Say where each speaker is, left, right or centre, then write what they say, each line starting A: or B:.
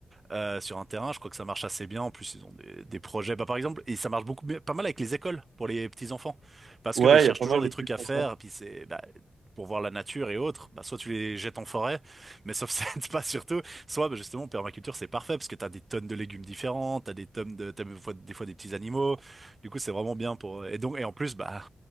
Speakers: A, on the right; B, on the right.
A: euh, sur un terrain. Je crois que ça marche assez bien. En plus, ils ont des, des projets. Bah, par exemple, et ça marche beaucoup, mieux- pas mal avec les écoles pour les petits enfants, parce
B: Ouais,
A: que bah, ils cherchent
B: il y a pas
A: toujours
B: mal
A: des
B: de
A: trucs
B: trucs
A: à faire.
B: comme ça.
A: Puis c'est bah, pour voir la nature et autres. Bah, soit tu les jettes en forêt, mais sauf <laughs> ça aide pas surtout. Soit bah, justement, permaculture, c'est parfait parce que t'as des tonnes de légumes différents, t'as des tonnes de, t'as des fois, des fois des petits animaux. Du coup, c'est vraiment bien pour. Et donc, et en plus, bah